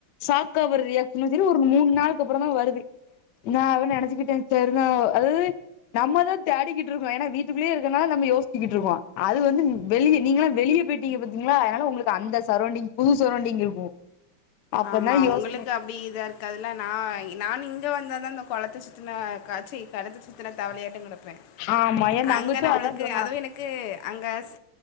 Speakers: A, on the left (about 70°); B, on the left (about 85°).
A: ஷாக்கா வரு ரியாக்ஷனு செரி ஒரு மூன் நாள்க்கப்புறந்தா வருது நா அவ நெனச்சுக்கிட்டே தெருநா அது நம்மதா தேடிகிட்ருக்கோ ஏனா வீட்டுக்குல்லியே இருக்கனால நம்ம யோஸ்ச்சிகிட்ருக்கோ அது வந்து வெளிய நீங்கள வெளிய போய்ட்டீங்க பாத்தீங்ளா அதனால உங்களுக்கு அந்த சரௌண்டிங் புது சரௌண்டிங் இருக்கு அப்பதா
B: ஆமா
A: யோசன
B: உங்களுக்கு அப்டி இதா இருக்காதுல்ல நா நானு இங்க வந்தாதா இந்த கொளத்த சுத்தின காச்சி கெணத்த சுத்துன தவளையாட்ட கெடப்பே
A: ஆமா ஏ தங்கச்சு
B: அங்க நம்மளுக்கு
A: அதா சொன்னா
B: அதுவு எனக்கு அங்கஸ்